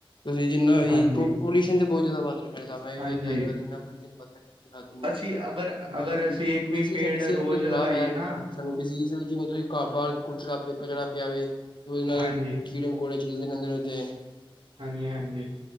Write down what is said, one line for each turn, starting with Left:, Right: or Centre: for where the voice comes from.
Left: ਤੁਸੀਂ ਜਿੰਨਾ ਵੀ
Right: ਹਾਂਜੀ
Left: ਪੋਲਿਊਸ਼ਨ ਤੇ ਬਹੁਤ ਜ਼ਿਆਦਾ ਵੱਧ ਰਿਹਾ ਮੇਰੇ ਸਾਬ ਵੀ
Right: ਹਾਂਜੀ
Left: ਵੇਖ ਰਿਹਾ ਅੱਜਕਲ ਇੰਨਾ ਪੋਲਊਸ਼ਨ ਵੱਧਦਾ ਜਾਂਦੀ। ਹੂੰ
Right: ਅਸੀਂ ਅਗਰ
Left: ਮਤਲਬ
Right: ਅਗਰ ਅਸੀਂ ਇੱਕ
Left: ਵੈਸੇ
Right: ਪੇੜ
Left: ਵੀ ਸਾਡੀ ਸਿਹਤ
Right: ਰੋਜ਼
Left: ਲਈ
Right: ਲਗਾਈਏ
Left: ਖ਼ਰਾਬ ਹੈ
Right: ਨਾ
Left: ਸਾਨੂੰ ਡਿਜ਼ਜ਼ ਜਿਵੇਂ ਤੁਸੀਂ <unintelligible> ਕੁਚੜ ਪ ਕਚੜਾ ਪਿਆਵੇ ਉਹਦੇ ਨਾਲ
Right: ਹਾਂਜੀ
Left: ਕੀੜੇ ਮਕੌੜੇ ਚੱਲਦੇ ਨੇ ਉੱਤੇ।
Right: ਹਾਂਜੀ ਹਾਂਜੀ